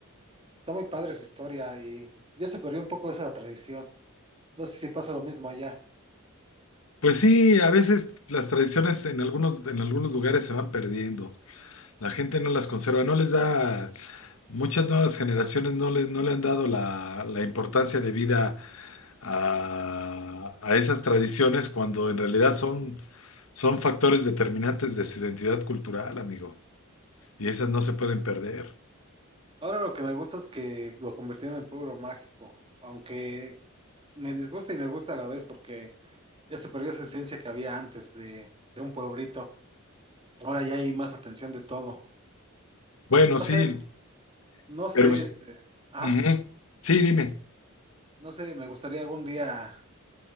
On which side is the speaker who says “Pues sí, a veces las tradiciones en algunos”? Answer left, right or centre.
Left